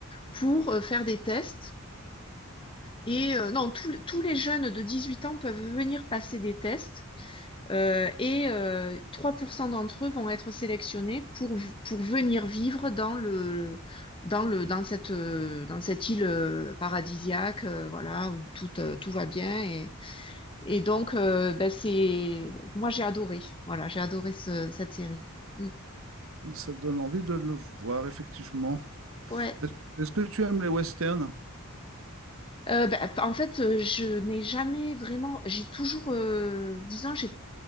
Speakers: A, on the left (about 25°); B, on the right (about 70°).
A: pour euh, faire des tests et euh, non, tous tous les jeunes de 18 ans peuvent venir passer des tests euh, et euh, 3% d'entre eux vont être sélectionnés pour, v- pour venir vivre dans le, dans le, dans cette, euh, dans cette île euh, paradisiaque, euh, voilà, où tout, euh, tout va bien. Et, et donc, euh, ben, c'est, moi, j'ai adoré. Voilà, j'ai adoré ce- cette série. Mm.
B: Ça donne envie de le voir, effectivement.
A: Ouais.
B: Est-ce est-ce que tu aimes les westerns?
A: Euh, ben, en fait, euh, je n'ai jamais vraiment, j'ai toujours, euh, disons, j'ai,